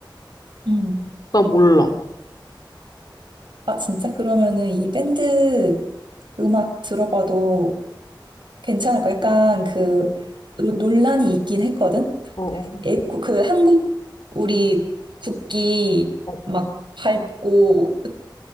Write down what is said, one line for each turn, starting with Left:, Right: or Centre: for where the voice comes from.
Right: 음.
Left: 나 몰라.
Right: 아 진짜 그러면은 이 밴드 음악 들어봐도 괜찮을
Left: 아,
Right: 거
Left: 좋아.
Right: 약간 그 노- 논란이 있긴 했거든.
Left: 어, 어,
Right: 예, 그 그 한국 우리 국기
Left: 어.
Right: 막 밟고